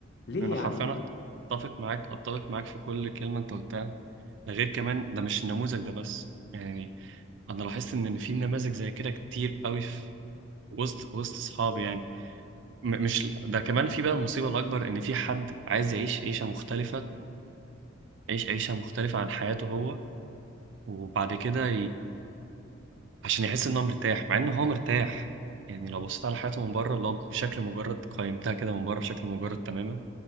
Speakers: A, on the left; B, on the right.
A: ليه
B: انا
A: يا
B: حرفيا
A: عم
B: اتفق معاك اتفق معاك في كل كلمه انت قلتها ده غير كمان ده مش النموذج ده بس يعني انا لاحظت ان في نماذج زي كده كتير قوي في وسط وسط اصحابي يعني م- مش ده كمان في بقى المصيبه الاكبر ان في حد عايز يعيش عيشه مختلفه يعيش عيشه مختلفه عن حياته هو وبعد كده عشان يحس ان هو مرتاح مع ان هو مرتاح يعني لو بصيت على حياته من بره لو بشكل مجرد قيمتها كده من بره بشكل مجرد تماما